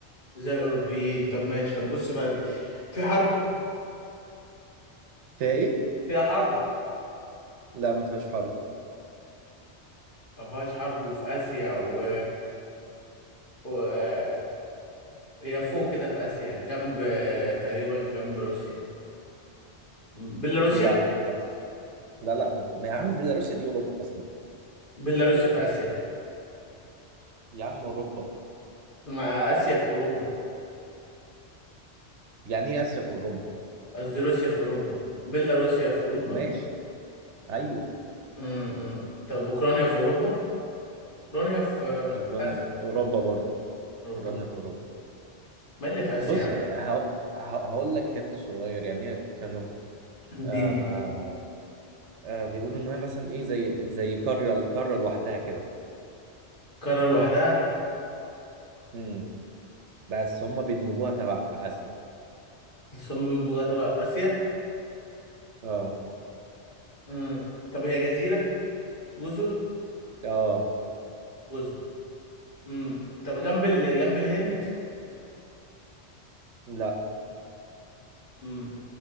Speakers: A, on the left; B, on the right.
A: زي الاوروبيين طب ماشي طب بص بقى دي في حرب
B: فيها ايه؟
A: فيها حرب
B: لا ما فيهاش حرب
A: ما فيهاش حرب وفي اسيا و... و... هي فوق كده في اسيا جنب تقريبا جنب روسيا بيلاروسيا
B: لا لا لا لا ما- يا عم بيلاروسيا دي اوروبا اصلا
A: بيلاروسيا في اسيا
B: يا عم اوروبا
A: مع اسيا في اوروبا
B: يعني ايه اسيا في اوروبا
A: قصدي روسيا في اوروبا بيلاروسيا في اوروبا
B: ماشي ايوه
A: امم طب اوكرانيا في اوروبا اوكرانيا في
B: اوكرانيا
A: اسيا
B: في اوروبا برضه
A: اوروبا
B: اوكرانيا في اوروبا
A: ما اللي في اسيا
B: بص
A: يعني
B: ه- ه- هقول لك هنت صغير يعني هي كانوا
A: اديني
B: آه آه بيقولوا ان هي مثلا ايه زي زي قاره قاره لوحدها كده
A: قاره لوحدها
B: امم بس هم بيدمجوها تبع اسيا
A: الصم بيبقى جوه تبع اسيا
B: اه
A: امم طب هي جزيره جزر
B: اه
A: جزر امم طب جنب ال... جنب الهند
B: لا
A: امم